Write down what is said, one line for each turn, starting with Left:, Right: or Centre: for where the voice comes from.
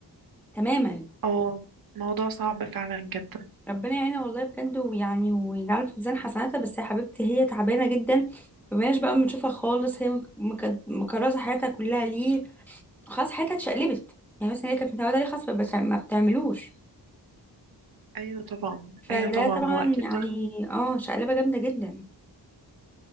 Centre: تماما
Right: اه موضوع صعب فعلا جدا
Centre: ربنا يعينها والله بجد ويعني ويجعله في ميزان حسناتها بس يا حبيبتي هي تعبانه جدا مبقناش بقى بنشوفها خالص هي مك- مكرسه حياتها كلها ليه خلاص حياتها اتشقلبت يعني مثلا هي كانت متعوده عليه خلاص ما بتع- ما بتعملوش
Right: ايوه طبعا
Centre: فده
Right: ايوه طبعا
Centre: أكيد طبعا
Right: هو اكيد
Centre: يعني اه شقلبه جامده جدا